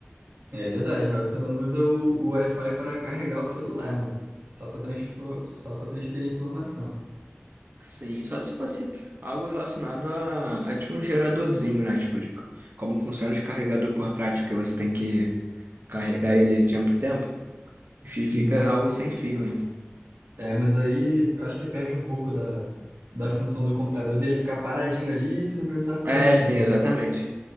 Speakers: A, on the right (about 70°); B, on the right (about 50°).
A: É verdade, mas você não usa o, o Wi-Fi para carregar o celular, né? Só para transfer, só para transferir informação.
B: Sim, só se fosse algo relacionado a, a tipo um geradorzinho, né? Tipo, de c- como funciona os carregador portátil, que você tem que carregar ele de tempo em tempo, e fi-
A: Sim.
B: fica algo sem fio, né?
A: É, mas aí eu acho que perde um pouco da, da função do computador dele ficar paradinho ali e você não precisar ficar
B: É,
A: mexendo,
B: sim, exatamente.
A: sabe?